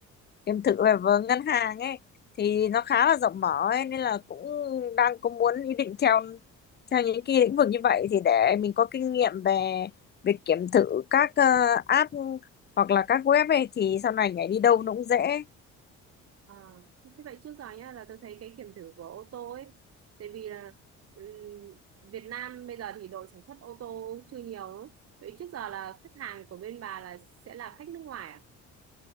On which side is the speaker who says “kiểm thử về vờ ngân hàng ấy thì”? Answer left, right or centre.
Left